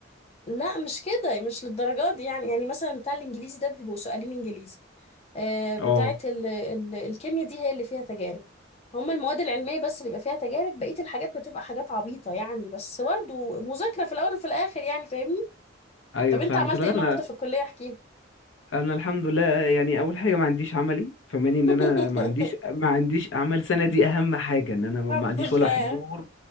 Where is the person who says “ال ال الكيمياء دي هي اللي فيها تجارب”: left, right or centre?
Left